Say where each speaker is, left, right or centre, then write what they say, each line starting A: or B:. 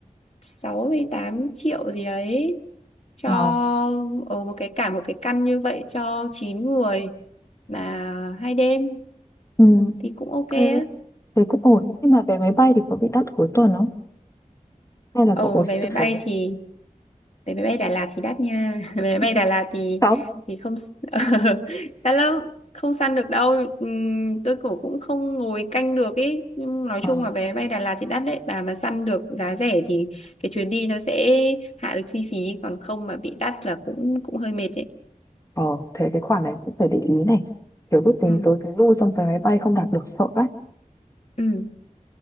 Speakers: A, on the left; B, on the left.
A: 68 triệu gì đấy cho
B: à,
A: ở một cái cả một cái căn như vậy cho 9 người là hai đêm
B: ừ.
A: thì cũng ok
B: Ok.
A: á.
B: Thế cũng ổn.
A: Ừ.
B: Nhưng mà vé máy bay thì có bị đắt cuối tuần không? Hay là
A: Ở
B: cậu có săn
A: vé
B: được
A: máy bay
B: vé?
A: thì vé máy bay Đà Lạt thì đắt nha <laughs> vé máy bay
B: Ừ.
A: Đà Lạt thì
B: Không.
A: thì không <laughs> đắt lắm không săn được đâu Ừm, tôi cũng cũng không ngồi canh được ý nhưng nói
B: Ờ
A: chung là vé máy bay Đà Lạt thì đắt đấy bà mà săn được giá rẻ thì cái chuyến đi nó sẽ hạ được chi phí còn không mà bị đắt là cũng cũng hơi mệt đấy
B: ờ thế cái khoản này cũng phải để ý này. Kiểu biết tính
A: ừ
B: tới cái lưu xong vé máy bay không đạt được sợ đấy.
A: ừ